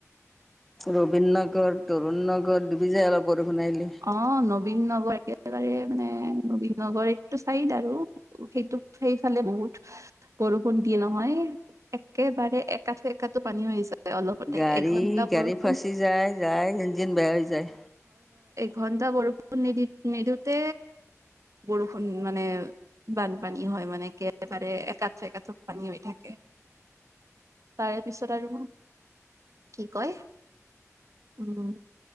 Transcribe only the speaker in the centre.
ৰবীন নগৰ তৰুণ নগৰ দুবি যোই অলপ আহিলে।
গাড়ী
গাড়ী
ফাচি যায় যায় ইঞ্জিন বেয়া হৈ যায়